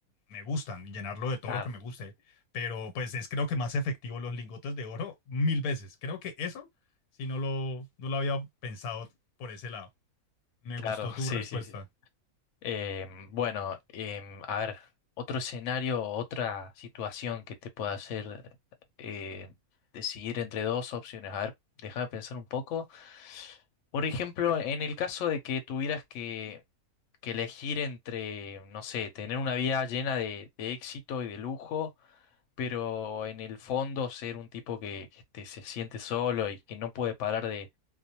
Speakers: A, on the left (about 80°); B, on the left (about 65°).
A: me gustan, llenarlo de todo
B: Claro,
A: lo que me guste, pero pues es creo que más efectivo los lingotes de oro mil veces. Creo que eso, si no lo, no lo había pensado por ese lado. Me
B: claro,
A: gustó tu
B: <laughs> sí,
A: respuesta.
B: sí, sí. Em, bueno, em, a ver, otro escenario, otra situación que te pueda hacer eh, decidir entre dos opciones. A ver, déjame pensar un poco. Por ejemplo,
A: Bueno,
B: en el caso de que tuvieras que, que elegir entre, no sé, tener una vida llena de, de éxito y de lujo, pero en el fondo ser un tipo que, que te- se siente solo y que no puede parar de,